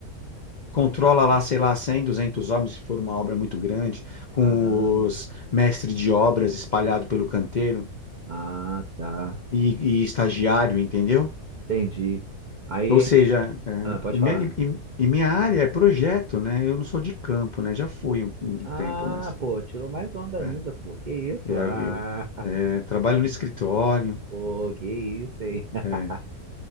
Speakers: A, on the left; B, on the right.
A: controla lá, sei lá, 100 200 homens, se for uma obra muito grande,
B: Caramba.
A: com os mestres de obras espalhado pelo canteiro
B: Ah, tá.
A: e, e estagiário, entendeu?
B: Entendi. Aí
A: Ou
B: a
A: seja,
B: gente.
A: é,
B: Ah, pode
A: o meu-
B: falar.
A: e, e- e minha área é projeto, né? Eu não sou de campo, né? Já fui um, um
B: Ah,
A: tempo, mas
B: pô, tirou mais onda ainda,
A: é,
B: pô. Que isso?
A: eu,
B: Ah,
A: eu, é, trabalho no escritório,
B: pô, que isso, hein? <laughs>
A: é,